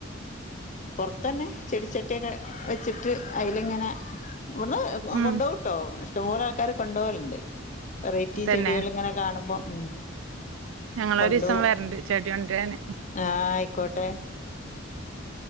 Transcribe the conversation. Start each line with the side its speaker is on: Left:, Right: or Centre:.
Left: പൊർത്തന്നെ ചെടിച്ചട്ടിയൊക്കെ വെച്ചിട്ട് അയ്ല്ങ്ങനെ വട്ന്ന്
Right: ഉം
Left: കൊണ്ടോവുട്ടോ, ഇഷ്ടംപോലെ ആൾക്കാര് കൊണ്ടോവല്ണ്ട് വെറൈറ്റി
Right: തന്നെ
Left: ചെടികൾ ഇങ്ങനെ കാണുമ്പോം ഉം
Right: ഞങ്ങളൊരീസം
Left: കൊണ്ടോവും
Right: വരണ്ട് ചെടി കൊണ്ട്രാന്
Left: ആ ആയിക്കോട്ടെ